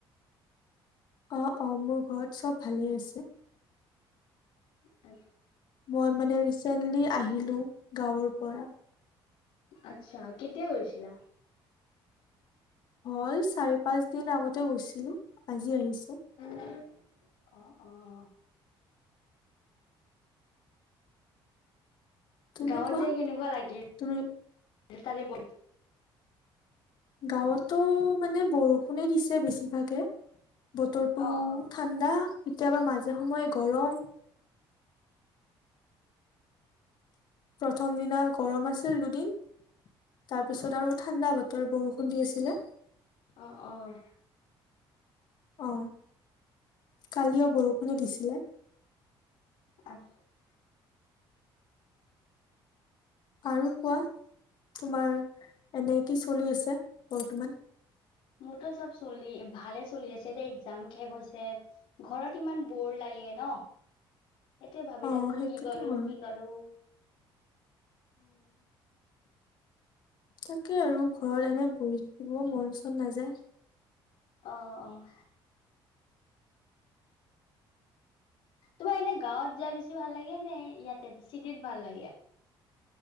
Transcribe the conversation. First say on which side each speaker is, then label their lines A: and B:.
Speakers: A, on the left; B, on the left.
A: অ' অ' মোৰ ঘৰত চব ভালেই আছে
B: আ
A: মই মানে, চনলি আহিলোঁ গাঁৱৰ পৰা
B: আচ্ছা কেতিয়া গৈছিলা?
A: হল চাৰি পাঁচ দিন আগতে গৈছিলো আজি আহিছো।
B: উম। অ' অ'
A: তুমি
B: গাঁৱত
A: কোৱা
B: যায় কেনেকুৱা লাগিল?
A: তুমি
B: তাৰে বৰ
A: গাঁৱত টো মানে বৰষুণে দিছ ছে বেছিভাগে। বতৰটো
B: অ অ
A: ঠাণ্ডা, কেতিয়াবা মাজে সময়ে গৰম। প্ৰথম দিনা গৰম আছিল দুদিন তাৰপিছত আৰু ঠাণ্ডা বতৰ বৰষুণ দি আছিলে।
B: অ', অ'।
A: অ', কালিও বৰষুণে দিছিলে।
B: <inaudible>
A: আৰু কোৱা, তোমাৰ এনে কি চলি আছে বৰ্তমান?
B: মোৰতটো চব চলি ভালে চলি আছে দে এক্জাম শেষ হৈছে, ঘৰত ইমান বোৰ লাগে ন'। সেইটোৱে ভাবি
A: অ
B: থাকো
A: সেইটোতো
B: কি কৰোঁ,
A: হয়
B: কি কৰোঁ।
A: তাকেই আৰু ঘৰত এনে বহি থাকিবও মন চন নাযায়।
B: অ', অ'। তোমাৰ এনে গাঁৱত যায় বেছি ভাল লাগে, নে ইয়াতে চিটিত ভাল লাগে?